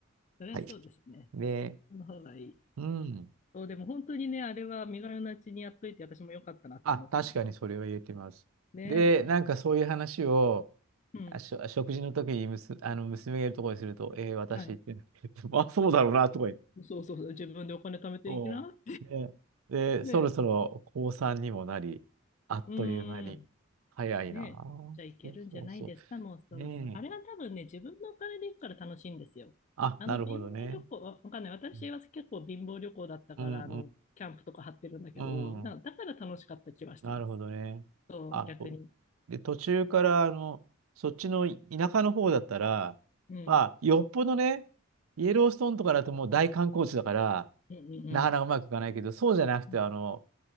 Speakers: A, on the left; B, on the right.
A: それはそうですね。
B: はい。で、
A: その方がいい。
B: うん。
A: そう、でも本当にね、あれは身軽なうちにやっといて、私も良かったなって思ってます。
B: あ、確かにそれは言えてます。
A: ね、
B: で、
A: ほん、
B: なんかそういう話を、
A: うん。
B: あ、しょ、食事の時にむす、あの娘がいるところにすると、えー、私って、
A: はい。
B: <laughs> あ、そうだろうな、とか
A: そうそうそう、自分でお金貯めていきな。
B: そう。で、で、
A: ね、
B: そろそろ高3にもなり、あっという間に。
A: うーん、
B: 早いなあ。
A: ねえ、じゃあいけるんじゃないですか、
B: そうそうそ
A: もうそろそろ。
B: う。ねえ。
A: あれは多分ね、自分のお金で行くから楽しいんですよ。
B: あ、
A: あの貧乏旅行、
B: なるほどね。
A: わわかんない。私は結構貧乏旅行だったから、
B: うんうん
A: あの、キャンプとか張ってるんだけど、
B: うん。
A: だだから楽しかった気はしてます。
B: うんなるほどね。
A: そう、
B: あ、
A: 逆に。
B: そうで、途中から、あの、そっちの田舎の方だったら、
A: うん。
B: まあ、よっぽどね、イエローストーンとかだともう大観光地だから、
A: うんうんうん。
B: なかなかうまくいかないけど、そうじゃなくて、
A: うん。
B: あの、